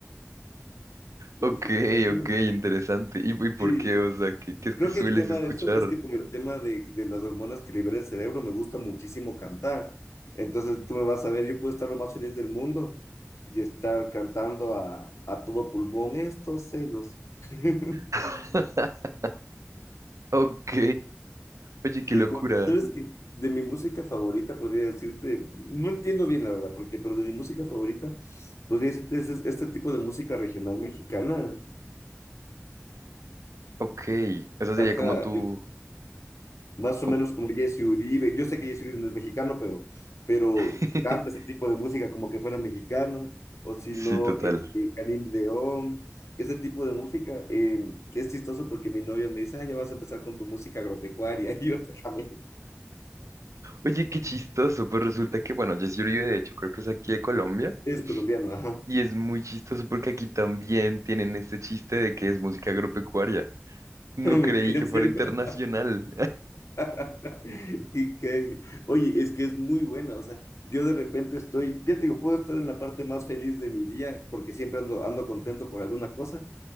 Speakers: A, on the right; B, on the left.
A: Ok,
B: <laughs> No,
A: ok, interesante. ¿Y, y por
B: Sí,
A: qué? O sea, ¿qué, qué es
B: creo
A: que sueles
B: que el tema
A: escuchar?
B: de eso es que por el tema de, de las hormonas que libera el cerebro me gusta muchísimo cantar. Entonces tú me vas a ver, yo puedo estar lo más feliz del mundo y estar cantando a, a todo pulmón estos celos. <laughs>
A: <laughs> Ok, oye, qué
B: Te
A: locura.
B: juro, ¿sabes qué? De mi música favorita podría decirte, no entiendo bien la verdad, porque, pero de mi música favorita podría decirte es es- este tipo de música regional mexicana.
A: Ok, esa sería
B: Ajá,
A: como tú...
B: eh, más
A: como-
B: o menos como Jesse Uribe. Yo sé que Jesse Uribe no es mexicano, pero, pero
A: <laughs>
B: canta ese tipo de música como que fuera mexicana, o si no,
A: Sí, total.
B: este, Karim León, ese tipo de música. eh, es chistoso porque mi novia me dice, ah, ya vas a empezar con tu música agropecuaria. <laughs> Y yo, "Déjame,
A: Oye, qué chistoso, pues resulta que, bueno, Jessy Uribe de hecho creo que es aquí de Colombia
B: es colombiano, ajá.
A: y es muy chistoso porque aquí también tienen este chiste de que es música agropecuaria.
B: <laughs>
A: No
B: Mentira,
A: creí que
B: en
A: fuera
B: serio.
A: internacional.
B: <laughs> Y que, oye, es que es muy buena, o sea, yo de repente estoy, ya te digo, puedo estar en la parte más feliz de mi día porque siempre ando, ando contento por alguna cosa